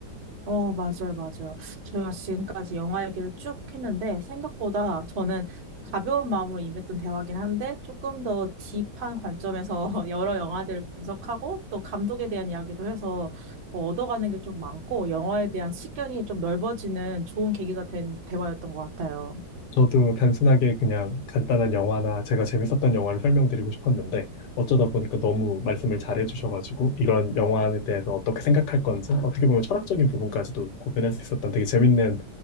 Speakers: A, on the right; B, on the left.
A: 어, 맞아요, 맞아요. 저희가 지금까지 영화 얘기를 쭉 했는데, 생각보다 저는 가벼운 마음으로 임했던 대화긴 한데, 조금 더 딥한 관점에서 <laughs> 여러 영화들을 분석하고, 또 감독에 대한 이야기도 해서 뭐 얻어가는 게 좀 많고, 영화에 대한 식견이 좀 넓어지는 좋은 계기가 된 대화였던 것 같아요.
B: 저도 단순하게 그냥 간단한 영화나 제가 재밌었던 영화를 설명드리고 싶었는데 어쩌다 보니까 너무 말씀을 잘해 주셔가지고 이런 영화에 대해서 어떻게 생각할 건지 어떻게 보면 철학적인 부분까지도 고민할 수 있었던 되게 재밌는